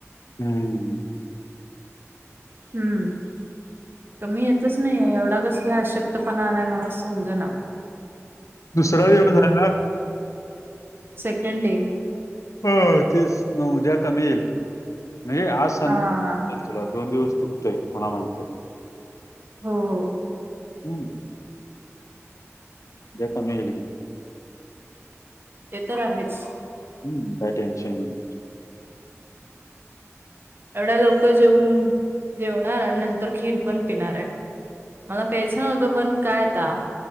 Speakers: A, on the left; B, on the right.
A: हम्मम्
B: हम्म तर मी येतच नाही एवढं कस काय आशक्त पणा आलाय मला समज ना
A: दुसरा दिवस आहे ना
B: सेकंड डे
A: हो तेच उद्या कमी येईल म्हणजे आज संध
B: हा हा.
A: तुला दोन दिवस चु ते मला माहिती
B: हो हो
A: हम् दे प म गल की <unintelligible>
B: हे तर आहेच.
A: हम्म काय टेन्शन?
B: एवढ्या लवकर जेऊन जेवणार आणि नंतर खीर पण पिणार आहे. मला प्यास नव्हतं पण काय आता